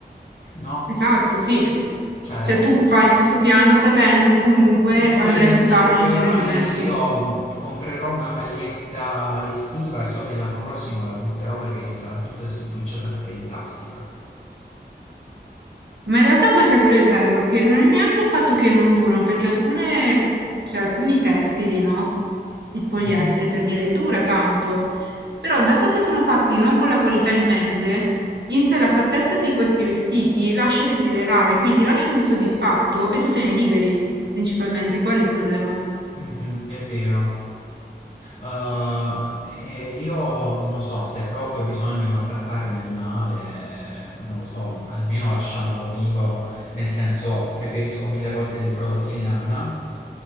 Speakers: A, on the left (about 40°); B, on the right (about 70°).
A: no?
B: Esatto, sì.
A: Cioè,
B: Cioè tu fai questo piano sapendo che comunque
A: è come
B: andrai
A: del
B: a buttarlo
A: tipo che
B: nel giro
A: ormai
B: di due mesi.
A: io comprerò una maglietta estiva e so che l'anno prossimo la butterò perché si sarà tutta stropicciata perché è di plastica.
B: Ma in realtà poi sai qual è il bello? Che non è neanche il fatto che non durano, perché alcune, cioè alcuni tessili, no? Il poliestere,
A: Mhm.
B: per dire, dura tanto. Però dato che sono fatti non con la qualità in mente, in sé la fattezza di questi vestiti lascia desiderare, quindi ti lascia insoddisfatto e tu te ne liberi, principalmente, quello è il problema.
A: Mhm, è vero. Uh, e io non so se proprio bisogna maltrattare un animale, eh, non lo so, almeno lasciamolo vivo, nel senso preferisco mille volte dei prodotti in lana